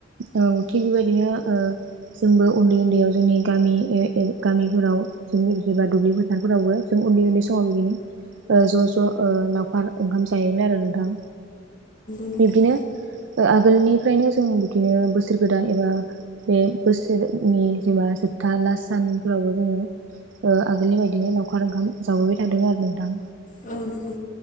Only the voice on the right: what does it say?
औ थिग बेबायदिनो ओ जोंबो उन्दै उन्दैयाव जोंनि गामि ए एब गामिफोराव जोंनि जेनेबा दुब्लि फोथारफोरावबो जों उन्दै उन्दै समाव बिदिनो ज' ज' लावखार ओंखाम जायोमोन आरो नोंथां
बिब्दिनो आगोलनिफ्रायनो जों बिदिनो बोसोर गोदान एबा बे बोसोर नि जेनबा जोबथा लास सानफोरावबो जोङो आगोलनि बायदिनो लावखार ओंखाम जाबोबाय थादों आरो नोंथां